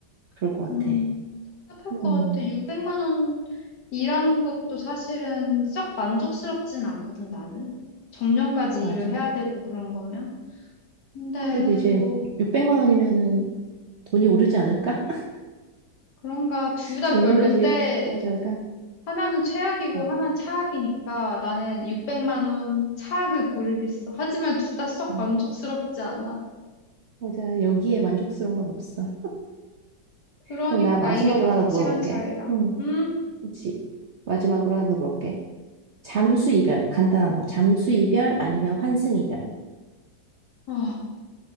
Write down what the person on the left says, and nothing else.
음,
답답할
것 같아. 600만 원 일하는 것도 사실은 썩 만족스럽진 않거든, 나는. 정년까지
일을 해야 되고 그런 거면. 근데
뭐,
그런가 둘 다
별론데,
하나는 최악이고
하나는 차악이니까 나는 600만 원 차악을 고르겠어. 하지만 둘 다 썩
만족스럽지 않아.
그러니까
이게 다 가치관
차이라.
음?
어.